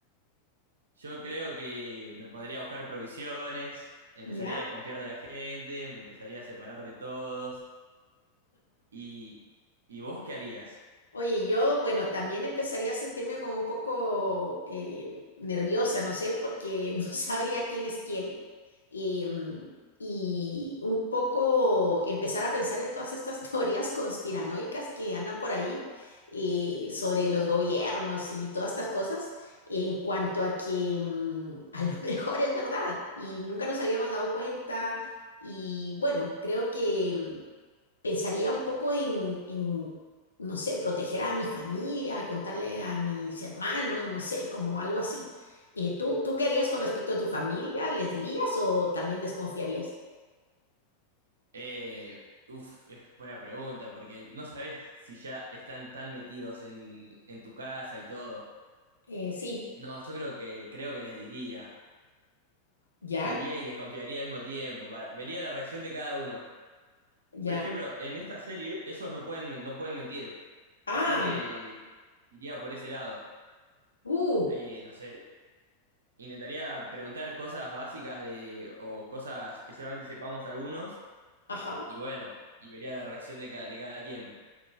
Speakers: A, on the right; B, on the left.
A: yo creo que me pondría a buscar provisiones, empezaría
B: ya.
A: a desconfiar de la gente, me empezaría a separar de todos. ¿Y, y vos qué harías?
B: Oye, yo, bueno, también empezaría a sentirme como un poco eh, nerviosa, no sé, porque <laughs> no sabría quién es quién. Y, mm, y un poco empezar a pensar en todas estas <laughs> teorías conspiranoicas que andan por ahí eh, sobre los gobiernos y todas estas cosas, en cuanto a que mm, a lo <laughs> mejor es verdad y nunca nos habíamos dado cuenta. Y bueno, creo que mm, pensaría un poco en, en, no sé, proteger a mi familia, contarle a mis hermanos, no sé, como algo así. Eh, ¿tú, tú qué harías con respecto a tu familia? ¿Les dirías o también desconfiarías?
A: Eh, uf, es buena pregunta, porque no sabes si ya están tan metidos en, en tu casa y todo.
B: Eh, sí,
A: No, yo creo que, creo que les diría.
B: ya,
A: Diría y desconfiaría al mismo tiempo. para- vería la reacción de cada uno.
B: ya.
A: Por ejemplo, en esta serie ellos no pueden, men- no pueden mentir.
B: Ah,
A: Así que iría por ese lado.
B: uh,
A: Eh, no sé, intentaría preguntar cosas básicas de, o cosas que solamente sepamos algunos.
B: ajá,
A: Y bueno, y vería la reacción de, ca- de cada quien.